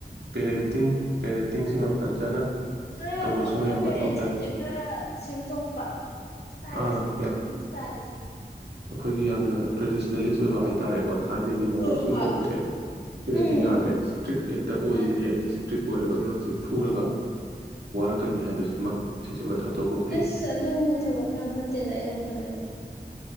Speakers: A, on the right; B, on the left.
A: ꯄꯦꯔꯦꯟꯇꯤꯡ ꯄꯦꯔꯦꯟꯇꯤꯡꯁꯤꯃ ꯐꯖꯅ
B: ꯈꯔ
A: ꯇꯧꯕꯁꯤꯃ
B: ꯑꯩꯈꯣꯏ
A: ꯌꯥꯝ
B: ꯄꯦꯔꯦꯟꯁꯤꯡꯁꯦ
A: ꯃꯊꯧ ꯇꯥꯏ
B: ꯈꯔ ꯁꯦꯝꯗꯣꯛꯄ ꯏꯁꯇꯥꯏꯜꯁꯦ
A: ꯑꯥ
B: ꯄꯦꯔꯦꯟꯁꯤꯡꯤꯡ ꯏꯁꯇꯥꯏꯜꯁꯦ
A: ꯑꯩꯈꯣꯏꯒꯤ ꯌꯥꯝꯅ ꯇ꯭ꯔꯦꯗꯤꯁꯅꯦꯂꯤꯁ ꯑꯣꯏꯕ ꯍꯥꯏꯇꯥꯔꯦꯀꯣ ꯊꯥꯏꯅꯒꯤ ꯃꯑꯣꯡꯗ
B: ꯍꯣꯏ
A: ꯁꯨꯝ
B: ꯍꯣꯏ
A: ꯇꯧꯕꯁꯦ ꯁꯤꯅꯗꯤ
B: ꯎꯝ
A: ꯌꯥꯗ꯭ꯔꯦ ꯏꯁꯇ꯭ꯔꯤꯛ ꯍꯦꯛꯇ ꯑꯣꯏꯔꯤꯅꯤ
B: ꯃꯥꯅꯦ
A: ꯑꯩꯗꯤ ꯏꯁꯇ꯭ꯔꯤꯛ ꯑꯣꯏꯔꯒ ꯉꯖꯦ ꯁ ꯐꯨꯔꯒ ꯋꯥꯔꯛꯀꯅꯤ ꯍꯥꯏꯕꯁꯤꯃ ꯁꯤꯁꯤꯃ ꯊꯥꯗꯣꯛꯄ ꯐꯩ
B: ꯑꯁ ꯑꯗꯨ ꯊꯕꯛꯁꯨ ꯌꯥꯝ ꯐꯠꯇꯦꯗ ꯑꯩ ꯋꯥꯈꯜꯗꯗꯤ